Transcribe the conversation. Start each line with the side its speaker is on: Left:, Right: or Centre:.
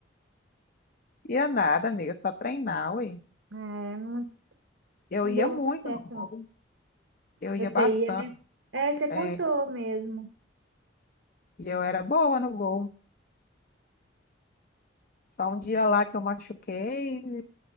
Left: Ia nada, amiga, é só treinar, ué.
Right: É, não,
Left: Eu
Right: não
Left: ia
Right: deu
Left: muito
Right: muito certo,
Left: no gol,
Right: não.
Left: eu
Right: Eu
Left: ia
Right: sei,
Left: bastante,
Right: né? É, você contou
Left: é,
Right: mesmo.
Left: e eu era boa no gol. Só um dia lá que eu machuquei,